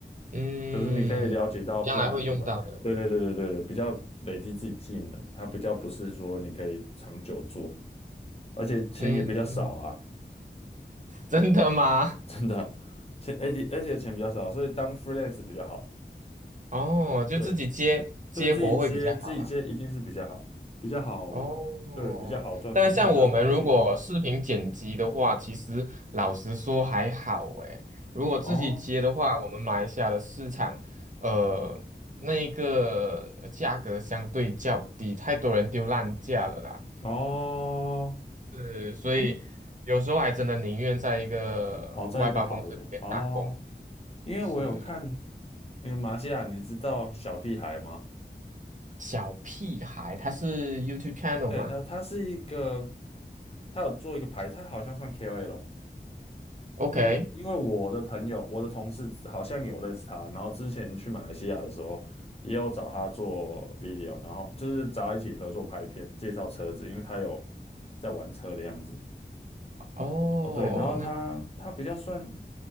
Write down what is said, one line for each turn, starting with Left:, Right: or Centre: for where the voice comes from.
Right: 嗯，
Left: 就是你可以了解到不同品牌，
Right: 将来会用到的，
Left: 对对对对对对，比较累积自己技能，它比较不是说你可以长久做，而且钱也比较少啊，
Right: 嗯嗯，真的吗？
Left: 真的，钱而且而且钱比较少，所以当 freelance 比较好，
Right: 哦，就自己接接活会比较好啦。
Left: 对，对自己接自己接一定是比较好，比较好，
Right: 哦，
Left: 对，比较好赚，
Right: 但像我们如果视频剪辑的话，
Left: 时间比较弹性。
Right: 其实老实说还好诶。如果自己接的话，
Left: 哦
Right: 我们马来西亚的市场，呃，那一个呃价格相对较低，太多人丢烂价了啦。
Left: 哦，
Right: 是，所以有时候还真的宁愿在一个外包公司里面打工。
Left: 诶，哦，在一个好的公司哦，因为我有看，
Right: 是
Left: 那个马来西亚，你知道小屁孩吗？
Right: 小屁孩，他是 YouTube channel
Left: 对他，
Right: 吗
Left: 他是一个，他有做一个牌，他好像算 KOL，
Right: ？OK，
Left: 因因为我的朋友，我的同事好像有认识他，然后之前去马来西亚的时候，也有找他做 video，然后就是找他一起合作拍片，介绍车子，因为他有在玩车的样子。
Right: 哦，
Left: 哦，对，然后他他比较算，
Right: 那。